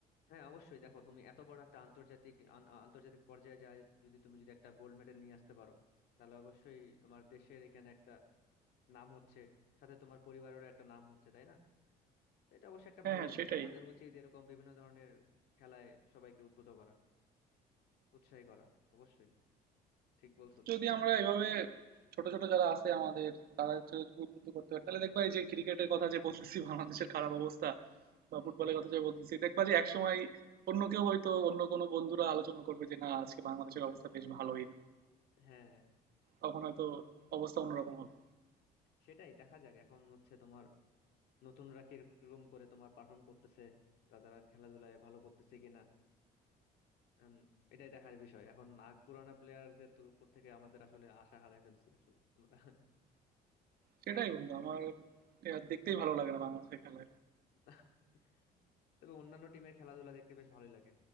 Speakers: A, on the left; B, on the right.
A: হ্যাঁ অবশ্যই দেখো তুমি এত বড় একটা আন্তর্জাতিক আন- আ- আন্তর্জাতিক পর্যায়ে যায় যদি তুমি যদি একটা গোল্ড মেডেল নিয়ে আসতে পারো তাহলে অবশ্যই তোমার দেশের এখানে একটা নাম হচ্ছে সাথে তোমার পরিবারেরও একটা নাম হচ্ছে তাই না তো এটা অবশ্যই একটা
B: হ্যাঁ
A: ভালো
B: হ্যাঁ
A: জিনিস
B: সেটাই
A: আমাদের উচিত এরকম বিভিন্ন ধরনের খেলায় সবাইকে উদ্বুদ্ধ করা উৎসাহী করা অবশ্যই ঠিক বলছো তুমি
B: যদি
A: এটা
B: আমরা এভাবে ছোট ছোট যারা আছে আমাদের তারা একটু উদ্বুদ্ধ করতে পারে তাহলে দেখবা এই যে ক্রিকেটের কথা যে বলতেছি বাংলাদেশের খারাপ অবস্থা বা
A: <laughs>
B: ফুটবলের কথা যে বলতেছি দেখবা যে একসময় অন্য কেউ হয়তো অন্য কোনো বন্ধুরা আলোচনা করবে যে না আজকে বাংলাদেশের অবস্থা বেশ ভালোই
A: হ্যাঁ
B: তখন হয়তো অবস্থা অন্যরকম হবে
A: সেটাই দেখা যাক এখন হচ্ছে তোমার নতুনরা কিরকম করে তোমার পারফর্ম করতেছে তা তারা খেলাধুলায় ভালো করতেছে কিনা উম, এটাই দেখার বিষয় এখন নাগ পুরানা প্লেয়ারদের উপর থেকে আমাদের আসলে আশা হারাই ফেলছি আসলে আমরা।
B: সেটাই বন্ধু আমার এ আর দেখতেই ভালো লাগে না বাংলাদেশের খেলা
A: <laughs> তবে অন্যান্য টিমের খেলাধুলা দেখতে বেশ ভালোই লাগে